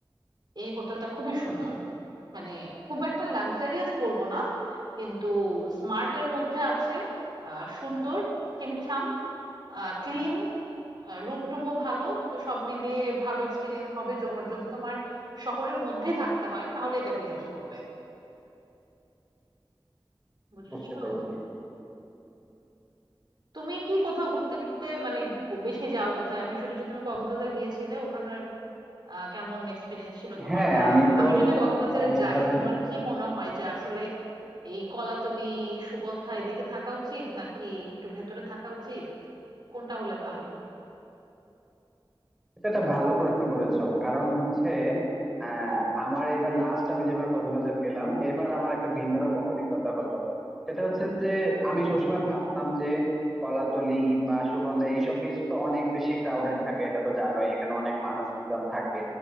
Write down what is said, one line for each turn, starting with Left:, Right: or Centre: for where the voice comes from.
Right: এই হোটেলটা খুবই সুন্দর।
Centre: আচ্ছা
Right: মানে খুব একটা লাক্সারিয়াস বলবো না, কিন্তু স্মার্ট এর মধ্যে আছে। আহ, সুন্দর, ছিমছাম, ক্লিন, রুম টুমও ভালো। তো সব মিলিয়ে ভালো এক্সপিরিয়েন্স হবে। জো- যদি তোমার শহরের মধ্যেই থাকতে হয় তাহলে এটাকে চুজ করবে। বুঝেছো?
Centre: বুঝতে পেরেছি
Right: তুমি কি কোথাও ঘুরতে টুরতে মানে কো- বেশি যাও কোথায়? আমি শুনেছি তুমি কক্সবাজার গিয়েছিলে। ওখানের আহ কেমন এক্সপিরিয়েন্স ছিল তোমার
Centre: হ্যাঁ
Right: বা
Centre: আমি তো
Right: আমি যদি কক্সবাজারে
Centre: কক্সবাজার
Right: যাই তোমার কি মনে হয় যে আসলে এই কলাতলি সুগন্ধা এদিকে থাকা উচিত নাকি একটু ভেতরে থাকা উচিত কোনটা হলে ভালো
Centre: এটা একটা ভালো প্রশ্ন করেছো কারণ হচ্ছে আহ, আমার এবার লাস্ট আমি যেবার কক্সবাজার গেলাম এবার আমার একটা ভিন্ন রকম অভিজ্ঞতা হলো সেটা হচ্ছে যে আমি সবসময় ভাবতাম যে কলাতলি বা সুগন্ধা এইসব বীচ তো অনেক বেশি ক্রাউডেড থাকে এটা তো জানোই এখানে অনেক মানুষজন থাকে